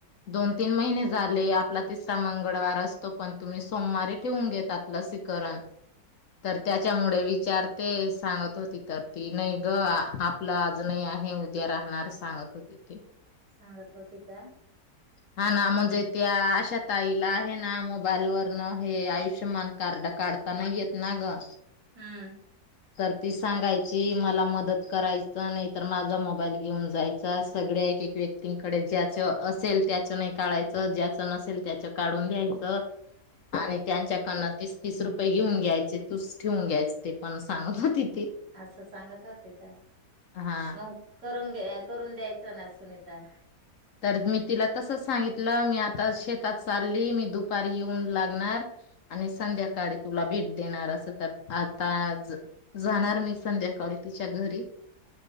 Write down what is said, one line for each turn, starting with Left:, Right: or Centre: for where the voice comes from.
Left: दोन तीन महिने झाले आपला तिसरा मंगळवार असतो पण, तुम्ही सोमवारी ठेवून घेतात लसीकरण तर त्याच्यामुळे विचारते सांगत होती तर ती नाही ग आपलं आज नाही आहे उद्या राहणार सांगत होती ती.
Right: सांगत होते का?
Left: हा ना म्हंजे त्या आशा ताईला आहे ना मु <unintelligible> वर्ण हे आयुष्यमान कार्ड काढता नाही येत ना ग.
Right: हम्म.
Left: तर ती सांगायची मला मदत करायचा नाही, तर माझा मोबाईल घेऊन जायचा सगळ्या एक एक व्यक्तींकडे ज्या जर असेल त्याच नाही काढायच ज्याच नसेल त्याच काढून घ्यायचं आणि त्यांच्याकडन तीस-तीस रुपये घेऊन घ्यायचे तूस ठेवून घ्यायच ते पण सांगत होती. ती
Right: असं सांगता ते काय
Left: हा
Right: मगं करून घे करून द्यायचं ना सुनीता.
Left: तर मी तिला तस सांगितलं मी आता शेतात चालली. मी दुपारी येऊन लागणार आणि संध्याकाळी तुला भेट देणार असं, तर आता जा जाणार मी संध्याकाळी तिच्या घरी.